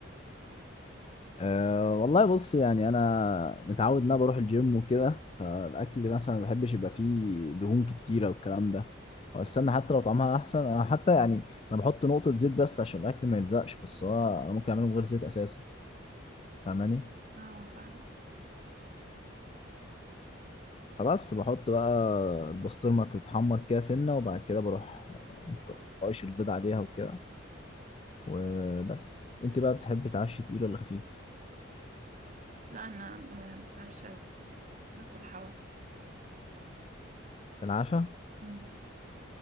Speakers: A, on the left; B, on the right.
A: أه والله بص يعني انا متعود ان انا بروح الجيم وكده فالاكل مثلا ما بحبش يبقى فيه دهون كتيره والكلام ده هو السمنه حتى لو طعمها احسن انا حتى يعني انا بحط نقطه زيت بس عشان الاكل ما يلزقش بس هو انا ممكن اعمله من غير زيت اساسا فاهماني
B: اه فاهمة
A: فبس بحط بقى البسطرمه تتحمر كده سنه وبعد كده بروح قايش البيض عليها وكده وبس انت بقى بتحب تعشي تقيل ولا خفيف
B: لا أنا ب- بتعشى تقيل باكل حواوشي
A: في العشاء
B: مم.